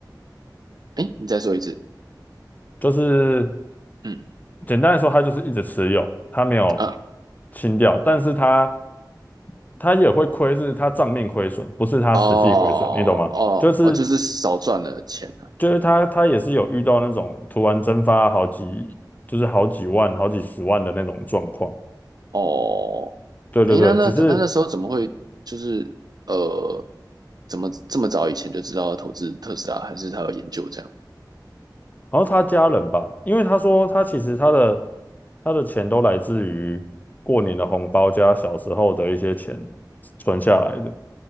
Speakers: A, on the right (about 60°); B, on the left (about 25°).
A: 诶，你再说一次。
B: 就是
A: 嗯
B: 简单来说，他就是一直持有，他没有
A: 啊，
B: 清掉，但是他他也会亏，是他账面亏损，不是他实际亏损，
A: 哦哦哦，
B: 你懂吗？就是
A: 就是少赚了钱啊
B: 就是他他也是有遇到那种突然蒸发好几，就是好几万、好几十万的那种状况。
A: 哦，
B: 对对对，
A: 哎，那那那那时候怎么会就是呃，
B: 只是
A: 怎么这么早以前就知道要投资特斯拉，还是他有研究这样？
B: 好像他家人吧，因为他说他其实他的他的钱都来自于过年的红包加小时候的一些钱存下来的。